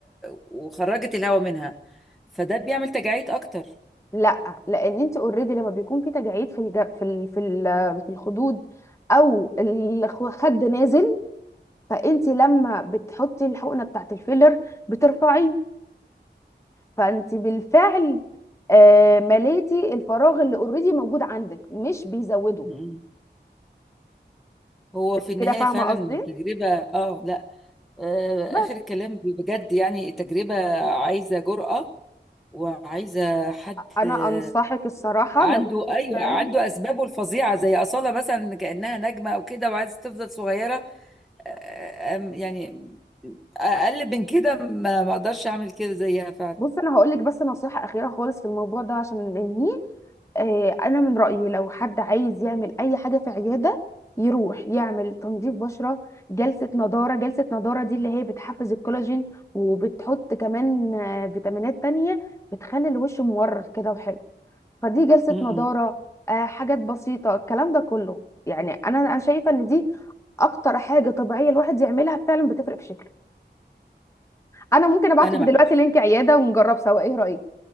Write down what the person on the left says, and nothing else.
لا لان انت اوريدي لما بيكون في تجاعيد في الج... في ال... في ال... في الخدود او الخد نازل فانت لما بتحطي الحقنه بتاعت الفيلر بترفعيه فانت بالفعل آه، مليتي الفراغ اللي اوريدي موجود عندك مش بيزوده
انت
كده فاهمه
قصدي
بس
انا
انصحك الصراحه
لو انت
فعلا
بص انا هقول لك بس نصيحه اخيره خالص في الموضوع ده عشان ننهيه آه، انا من رايي لو حد عايز يعمل اي حاجه في عياده يروح يعمل تنظيف بشره جلسه نضاره جلسه نضاره دي اللي هي بتحفز الكولاجين وبتحط كمان آه، فيتامينات تانية بتخلي الوش مورر كده وحلو فدي جلسه
نضاره
آه، حاجات بسيطه الكلام ده كله يعني انا انا شايفه ان دي اكتر حاجه طبيعيه الواحد يعملها فعلا بتفرق في شكله انا ممكن ابعتك
دلوقتي
لينك عياده ونجرب سوا ايه رايك